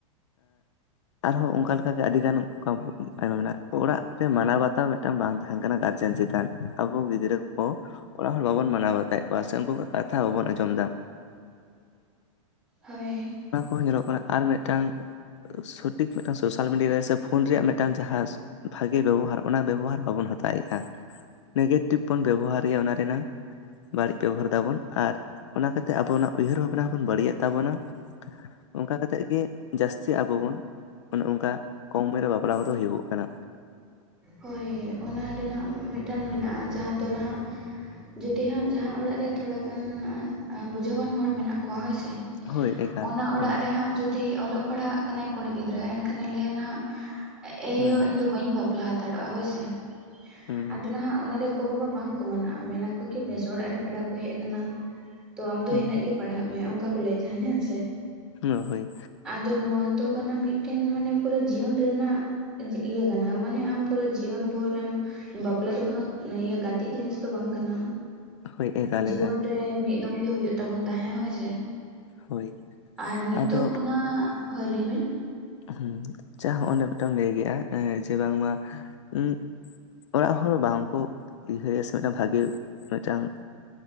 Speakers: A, on the left; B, in the centre.
A: ᱟᱨᱦᱚᱸ ᱚᱱᱠᱟᱠᱟᱜ ᱟᱹᱰᱤ ᱜᱟᱱ ᱟᱭᱢᱟ ᱢᱮᱱᱟᱜᱼᱟ ᱚᱲᱟᱜ ᱨᱮ ᱢᱟᱱᱟᱣ ᱵᱟᱛᱟᱣ ᱢᱤᱫᱴᱟᱝ ᱵᱟᱝ ᱛᱟᱦᱮᱱ ᱠᱟᱱᱟ ᱜᱟᱨᱡᱮᱱ ᱪᱮᱛᱟᱱ ᱟᱵᱚ ᱜᱤᱫᱽᱨᱟᱹ ᱠᱚ ᱚᱲᱟᱜ ᱦᱚᱲ ᱵᱟᱵᱚᱱ ᱢᱟᱱᱟᱣ ᱵᱟᱛᱟᱭᱮᱫ ᱠᱚᱣᱟ ᱥᱮ ᱩᱱᱠᱩᱣᱟᱜ ᱠᱟᱛᱷᱟ ᱵᱟᱵᱚᱱ ᱟᱸᱡᱚᱢ ᱮᱫᱟ
B: ᱦᱳᱭ
A: ᱚᱱᱟ ᱠᱚᱦᱚᱸ ᱧᱮᱞᱚᱜ ᱠᱟᱱᱟ ᱟᱨ ᱢᱤᱫᱴᱟᱝ ᱥᱚᱴᱷᱤᱠ ᱢᱤᱫᱴᱟᱝ ᱥᱳᱥᱟᱞ ᱢᱤᱰᱤᱭᱟ ᱨᱮ ᱥᱮ ᱯᱷᱳᱱ ᱨᱮᱭᱟᱜ ᱢᱤᱫᱴᱟᱝ ᱡᱟᱦᱟᱸ ᱵᱷᱟᱜᱮ ᱵᱮᱵᱚᱦᱟᱨ ᱚᱱᱟ ᱵᱮᱵᱚᱦᱟᱨ ᱵᱟᱵᱚᱱ ᱦᱟᱛᱟᱣᱮᱫᱼᱟ ᱱᱮᱜᱮᱴᱤᱵᱷ ᱵᱚᱱ ᱵᱮᱵᱚᱦᱟᱨ ᱚᱱᱟ ᱨᱮᱱᱟᱜᱝ ᱵᱟᱹᱲᱤᱡ ᱵᱮᱵᱚᱦᱟᱨ ᱫᱫᱟᱵᱚᱱ ᱟᱨ ᱚᱱᱟ ᱠᱟᱛᱮ ᱟᱵᱚᱱᱟᱜ ᱩᱭᱦᱟᱹᱨ ᱵᱷᱟᱵᱱᱟ ᱦᱚᱸᱵᱚᱱ ᱵᱟᱹᱲᱤᱡᱮᱫ ᱛᱟᱵᱚᱱᱟ ᱚᱱᱠᱟ ᱠᱟᱛᱮᱫ ᱜᱮ ᱡᱟᱹᱥᱛᱤ ᱟᱵᱚ ᱵᱚᱱ ᱚᱱᱮ ᱚᱱᱠᱟ ᱠᱚᱢ ᱩᱢᱮᱨ ᱨᱮ ᱵᱟᱯᱞᱟ ᱠᱚᱫᱚ ᱦᱩᱭᱩᱜ ᱠᱟᱱᱟ
B: ᱦᱳᱭ ᱚᱱᱟ ᱨᱮᱱᱟᱜ ᱢᱤᱫᱴᱟᱱ ᱢᱮᱱᱟᱜᱼᱟ ᱡᱟᱦᱟᱸ ᱫᱚ ᱱᱟᱦᱟᱜ ᱡᱩᱫᱤ ᱦᱟᱸᱜ ᱡᱟᱦᱟᱸ ᱚᱲᱟᱜ ᱨᱮ ᱛᱷᱚᱲᱟ ᱜᱟᱱ ᱵᱩᱡᱷᱟᱹᱣᱟᱱ ᱦᱚᱲ ᱢᱮᱱᱟᱜ ᱠᱚᱣᱟ ᱦᱳᱭ ᱥᱮ
A: ᱦᱳᱭ ᱮᱠᱟᱞ
B: ᱚᱱᱟ ᱚᱲᱟᱜ
A: ᱦᱩᱸ
B: ᱨᱮᱦᱟᱸᱜ ᱡᱩᱫᱤ ᱚᱞᱚᱜ ᱯᱟᱲᱦᱟᱜ ᱠᱟᱱᱟᱭ ᱠᱩᱲᱤ ᱜᱤᱫᱽᱨᱟᱹ ᱮᱱᱠᱷᱟᱱᱮ ᱞᱟᱹᱭᱟ ᱱᱟᱦᱟᱜ ᱮᱭᱳ
A: ᱦᱩᱸ
B: ᱤᱧ ᱫᱚ ᱵᱟᱹᱧ ᱵᱟᱯᱞᱟ ᱦᱟᱛᱟᱲᱚᱜᱼᱟ ᱦᱳᱭ ᱥᱮ
A: ᱦᱩᱸ
B: ᱟᱫᱚ ᱱᱟᱦᱟᱜ ᱚᱱᱟᱨᱮ ᱜᱚ ᱵᱟᱵᱟ ᱵᱟᱝ ᱠᱚ ᱢᱮᱱᱟ ᱟᱠᱚ ᱠᱤ ᱵᱮᱥ ᱚᱲᱟᱜ ᱨᱮ ᱯᱮᱲᱟ ᱠᱚ ᱦᱮᱡ ᱟᱠᱟᱱᱟ ᱛᱚ ᱟᱢ ᱫᱚ
A: ᱦᱩᱸ
B: ᱤᱱᱟᱹᱜ ᱜᱮ ᱯᱟᱲᱦᱟᱜ ᱢᱮ ᱚᱱᱠᱟ ᱠᱚ ᱞᱟᱹᱭ ᱛᱟᱦᱮᱱ ᱦᱮᱸ ᱥᱮ
A: ᱚ ᱦᱳᱭ
B: ᱟᱫᱚ ᱱᱚᱣᱟ ᱫᱚ ᱠᱟᱱᱟ ᱢᱤᱫᱴᱮᱱ ᱢᱟᱱᱮ ᱯᱩᱨᱟᱹ ᱡᱤᱭᱚᱱ ᱨᱮᱱᱟᱜ ᱤᱭᱟᱹ ᱠᱟᱱᱟ ᱢᱟᱱᱮ ᱟᱢ ᱯᱩᱨᱟᱹ ᱡᱤᱭᱚᱱ ᱵᱷᱳᱨᱢ ᱵᱟᱯᱞᱟ ᱫᱚ ᱠᱚᱱᱚ ᱤᱭᱟᱹ ᱠᱟᱛᱮᱜ ᱡᱤᱱᱤᱥ ᱫᱚ ᱵᱟᱝ ᱠᱟᱱᱟ
A: ᱦᱳᱭ ᱮᱠᱟᱞ
B: ᱡᱤᱵᱚᱱ
A: ᱮᱠᱟᱞ
B: ᱨᱮ ᱢᱤᱫ ᱫᱚᱢ ᱜᱮ ᱦᱩᱭᱩᱜ ᱛᱟᱵᱚᱱ ᱛᱟᱦᱮᱸ ᱦᱳᱭ ᱥᱮ
A: ᱦᱳᱭ
B: ᱟᱨ ᱱᱤᱛᱳᱜ
A: ᱟᱫᱚ
B: ᱚᱱᱟ ᱦᱳᱭ ᱞᱟᱹᱭ ᱵᱤᱱ
A: ᱦᱸ ᱪᱟ ᱦᱚᱸᱜ ᱚᱸᱰᱮ ᱢᱤᱫᱴᱢ ᱞᱟᱹᱭ ᱠᱮᱫᱭᱟ ᱡᱮ ᱵᱟᱝᱢᱟ ᱩᱜ ᱚᱲᱟᱜ ᱦᱚᱲ ᱵᱟᱝᱠᱚ ᱩᱭᱦᱟᱹᱨᱭᱟ ᱥᱮ ᱢᱤᱫᱴᱟᱝ ᱵᱷᱟᱜᱤ ᱢᱤᱫᱴᱟᱝ